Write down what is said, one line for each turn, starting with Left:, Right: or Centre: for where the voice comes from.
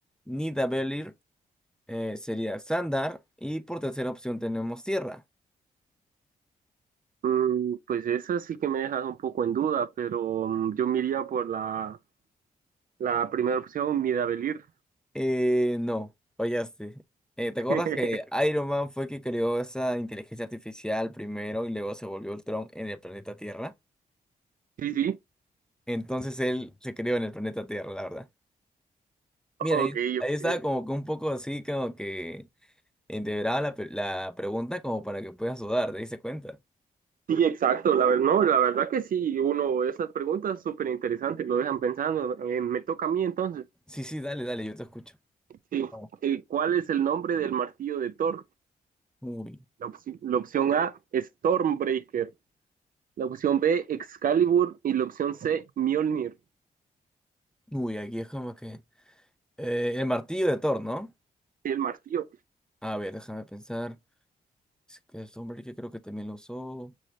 Centre: Nidavellir eh, sería Sandar y por tercera opción tenemos Tierra.
Right: Mm, pues esa sí que me dejas un poco en duda, pero mm, yo me iría por la, la primera opción, Midavellir.
Centre: Eh, no, fallaste. Eh, ¿te acuerdas
Right: <laughs>
Centre: que Iron Man fue quien creó esa inteligencia artificial primero y luego se volvió Ultron en el planeta Tierra?
Right: Sí, sí.
Centre: Entonces él se crió en el planeta Tierra, la verdad. Mira,
Right: Ok,
Centre: ahí, ahí
Right: ok.
Centre: estaba como que un poco así, como que entreveraba la, pe- la pregunta como para que puedas dudar, ¿te diste cuenta?
Right: Sí, exacto, la, ver- no, la verdad que sí, uno, esas preguntas súper interesantes lo dejan pensando. Eh, me toca a mí entonces.
Centre: Sí, sí, dale, dale, yo te escucho.
Right: Sí,
Centre: Vamos.
Right: el, ¿cuál es el nombre del martillo de Thor?
Centre: Uy,
Right: La, opci- la opción A, Stormbreaker. La opción B, Excalibur. Y la opción C, Mjolnir.
Centre: uy, aquí es como que... eh, el martillo de Thor, ¿no?
Right: El martillo.
Centre: A ver, déjame pensar. Es que es hombre que creo que también lo usó